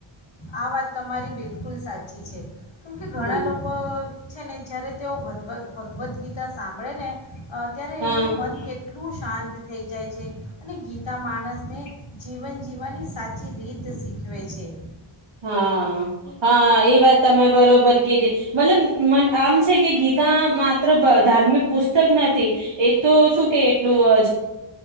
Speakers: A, on the left; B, on the right.
A: આ વાત તમારી બિલકુલ સાચી છે. કેમ કે ઘણા
B: હમ
A: લોકો છે ને જ્યારે તેઓ ભદવ ભગવદ્ ગીતા સાંભળે ને અ ત્યારે
B: હા
A: એમનું મન કેટ એટલું શાંત થઈ જાય છે અને ગીતા માણસને જીવન જીવવાની સાચી રીત શીખવે છે.
B: હા, હા, એ વાત તમે બરોબર કીધી મતલબ મ આમ છે કે, ગીતા માત્ર ભ ધાર્મિક પુસ્તક નથી. એ તો શું કે એટલું અજ